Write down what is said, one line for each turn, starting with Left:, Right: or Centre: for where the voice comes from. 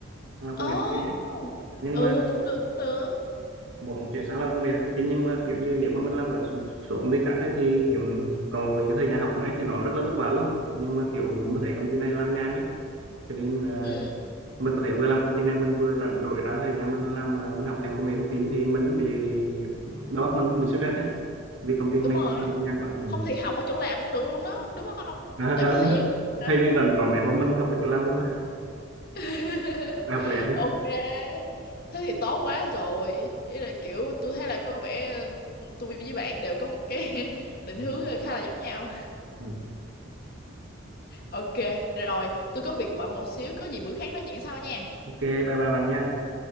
Right: làm
Left: Ồ,
Right: công nghệ thông tin ấy. nhưng
Left: ừ
Right: mà
Left: cũng được cũng được.
Right: một là chuyển sang làm công nghệ thông tin nhưng mà kiểu như nếu mà mình làm ở một số công ty khác ấy, thì kiểu còn về cái thời gian học nữa ấy, thì nó rất là vất vả luôn nhưng mà kiểu mình thấy công ty này làm nhàn ấy cho nên à,
Left: Ừ,
Right: mình có thể vừa làm công ty này mình vừa rảnh rỗi ra thời gian mình làm à, mình học thêm công nghệ thông tin thì mình bị đầu óc mình không bị stress đấy vì công ty
Left: đúng
Right: này
Left: rồi.
Right: rất là nhàn quá ừ.
Left: Không thì học ở chỗ làm cũng được luôn đó, đúng không?
Right: <laughs> à,
Left: Tại có
Right: à,
Left: thời gian. mà.
Right: thời gian rảnh còn mấy hôm mình học ở chỗ làm luôn á
Left: <laughs>
Right: học lén quá
Left: Ok. Thế thì tốt quá rồi. Ý là kiểu tôi thấy là có vẻ ừ, tôi với bạn đều có một cái <laughs> định
Right: ừ.
Left: hướng ờ, khá là giống nhau.
Right: ừ.
Left: Ok, rồi, tôi có việc bận một xíu, có gì bữa khác nói chuyện sau nha.
Right: ok bye bye bạn nha